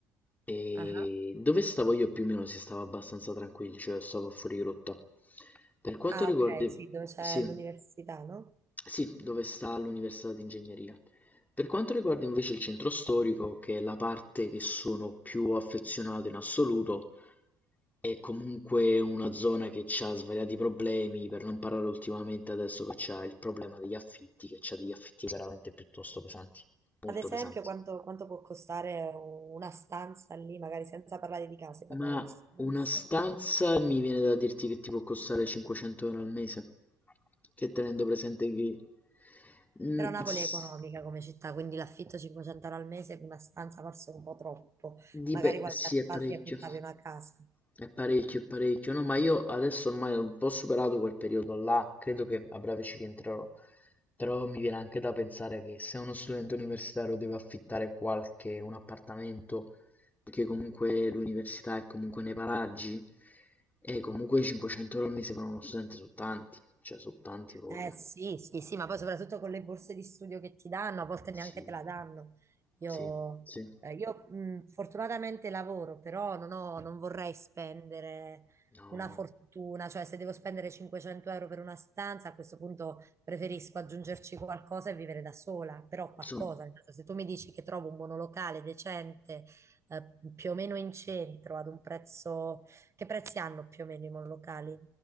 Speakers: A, on the left; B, on the right.
A: E
B: Ah,
A: dove stavo io più o meno si stava abbastanza tranquilli, cioè stavo fuori rotta. Per quanto
B: ah,
A: riguarda...
B: ok, sì, dove c'è
A: Sì,
B: l'università, no?
A: sì, dove sta l'università di ingegneria. Per quanto riguarda invece il centro storico, che è la parte che sono più affezionato in assoluto, è comunque una zona che ha svariati problemi, per non parlare ultimamente adesso che c'ha il problema degli affitti, che c'ha degli affitti veramente piuttosto pesanti, molto
B: Ad esempio,
A: pesanti.
B: quanto, quanto può costare una stanza lì, magari senza parlare di case, parliamo
A: Ma
B: di stanze.
A: una stanza mi viene da dirti che ti può costare 500 euro al mese, che tenendo presente che... Mm,
B: Però Napoli
A: s-
B: è economica come città, quindi l'affitto 500 euro al mese per una stanza forse è un po' troppo.
A: Di
B: Magari
A: beh,
B: qualche
A: sì,
B: anno
A: è
B: fa
A: parecchio.
B: ci affittavi una casa.
A: È parecchio, è parecchio. No, ma io adesso ormai ho un po' superato quel periodo là, credo che a breve ci rientrerò. Però mi viene anche da pensare che se uno studente universitario deve affittare qualche, un appartamento, perché comunque l'università è comunque nei paraggi, e comunque 500 euro al mese per uno studente sono tanti, cioè sono tanti proprio.
B: Eh sì, sì, sì, ma poi soprattutto con le borse di studio che ti danno, a volte neanche
A: Sì,
B: te la danno. Io,
A: sì, sì.
B: eh, io, mh, fortunatamente lavoro, però non ho- non vorrei spendere
A: No,
B: una fortuna, cioè se devo spendere 500 euro per una stanza, a questo punto preferisco aggiungerci qualcosa e vivere da sola, però qualcosa,
A: sono,
B: nel senso, se tu mi dici che trovo un monolocale decente, eh, più o meno in centro, ad un prezzo... Che prezzi hanno più o meno i monolocali?